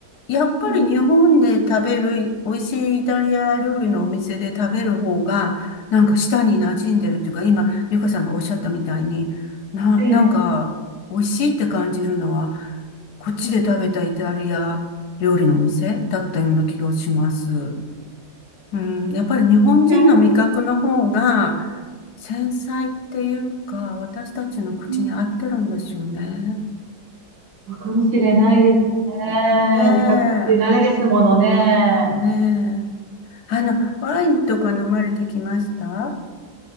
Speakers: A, on the left; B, on the right.
A: やっぱり日本で食べる美味しいイタリア料理のお店で食べる方が、
B: うん
A: なんか舌に馴染んでるっていうか、今、ゆかさんがおっしゃったみたいに、な、
B: ええ、
A: なんか、美味しいって感じるのは、こっちで食べたイタリア料理のお店だったような気がします。うん、やっぱり日本人の味覚の方が、
B: いや、う
A: 繊細っていうか、私たちの口に合ってるんですよね。
B: んそうかもしれないですね。
A: ねえ、ねえ、
B: 味覚って慣れですものね。
A: ねえ。あの、ワインとか飲まれてきました